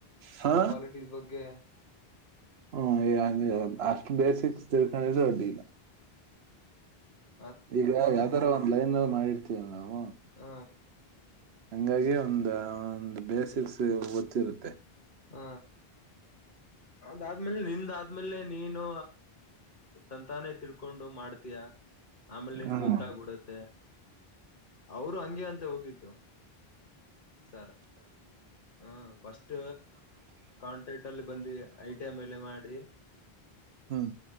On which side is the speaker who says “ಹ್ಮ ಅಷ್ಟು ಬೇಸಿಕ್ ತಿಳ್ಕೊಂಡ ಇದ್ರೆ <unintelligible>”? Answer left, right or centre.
Right